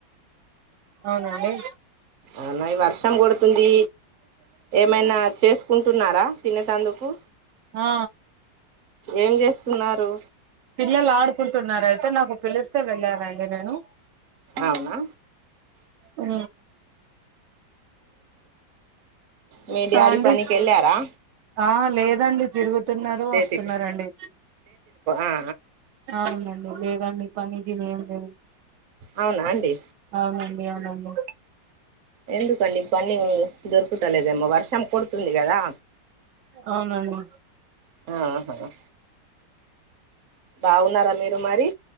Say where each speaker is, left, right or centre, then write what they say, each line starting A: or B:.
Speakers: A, on the right; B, on the right.
A: అవునాండి
B: ఆ నైవన్ వర్షం కొడుతుంది ఏమైనా చేసుకుంటున్నారా తినేటందుకు
A: ఆ
B: ఏం చేస్తున్నారు
A: పిల్లలు ఆడుకుంటున్నారు అయితే నాకు పిలిస్తే వెళ్ళానుండి నేను
B: అవునా
A: ఉ
B: మీ డ్యాడి
A: ఆ అండి
B: పనికి వెళ్ళారా
A: ఆ లేదండి తిరుగుతున్నారు వస్తున్నరండి
B: దేతి ఆ ఆ
A: అవునండి లేదండి పని గీని ఏం లేదు
B: అవునాండి
A: అవునండి అవునండి
B: ఎందుకండి పని దొరుకుతలేదేమో వర్షం కోడుతుంది గదా
A: అవునండి
B: ఆ ఆహ హ బావున్నారా మీరు మరి